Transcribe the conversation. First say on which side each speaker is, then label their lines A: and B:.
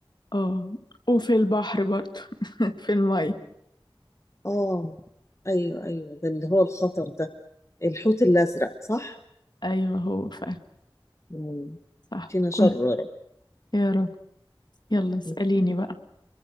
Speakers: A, on the left; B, on the left.
A: اه وفي البحر برضه <laughs> في المية
B: اه ايوه ايوه ده اللي هو الخطر ده الحوت الازرق صح
A: أيوه هو فعلا
B: مم.
A: صح
B: فينا
A: كنت
B: شر يا رب
A: يا رب يلا اسأليني
B: آه،
A: بقى